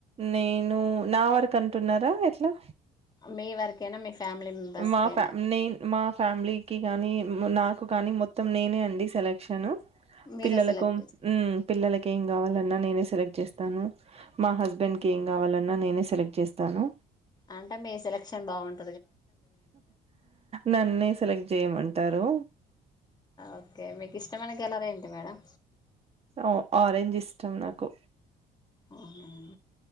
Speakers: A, on the right (about 35°); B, on the left (about 25°).
A: నేను నా వరకు అంటున్నారా ఎట్లా
B: మీ వరకే నా మీ ఫ్యామిలీ మెంబర్స్
A: మా
B: కైనా
A: ఫ్యా నేన్ మా ఫ్యామిలీకి గానీ నాకు కానీ మొత్తం నేనే అండి సెలక్షన్
B: మీరే
A: పిల్లలకు
B: సెలెక్ట్ చేస్త
A: ఉమ్ పిల్లలలకు ఏం కావాలో అద్ నేనే సెలెక్ట్ చేస్తాను మా హస్బెండ్ కి ఏం కావాలన్నా నేనే సెలెక్ట్ చేస్తాను
B: అంటే మీ సెలక్షన్ బాగున్
A: నన్నే సెలెక్ట్ చేయమంటారు
B: ఓకే మీకు ఇష్టమైన కలర్ ఏంటి మేడం
A: ఆ ఆరెంజ్ ఇష్టం నాకు
B: అవునా